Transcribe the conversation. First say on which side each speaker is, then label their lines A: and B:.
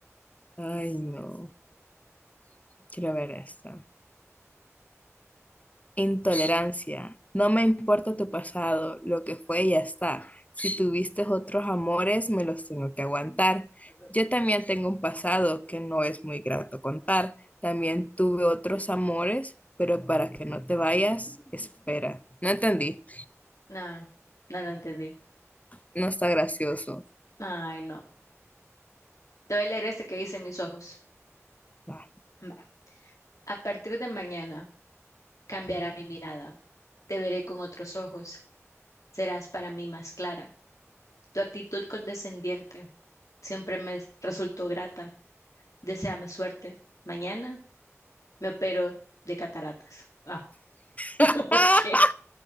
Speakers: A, on the left (about 30°); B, on the left (about 85°).
A: Ay, no, quiero ver esta. Intolerancia. No me importa tu pasado, lo que fue ya está. Si tuviste otros amores, me los tengo que aguantar. Yo también tengo un pasado que no es muy grato contar. También tuve otros amores, pero para que no te vayas, espera. No entendí.
B: No, no lo entendí.
A: No está gracioso.
B: Ay, no. Te voy a leer este que dice mis ojos.
A: Va.
B: Va. A partir de mañana cambiará mi mirada. Te veré con otros ojos. Serás para mí más clara. Tu actitud condescendiente siempre me resultó grata. Deséame suerte. Mañana me opero de cataratas. Ah, <laughs>
A: <laughs>
B: ok.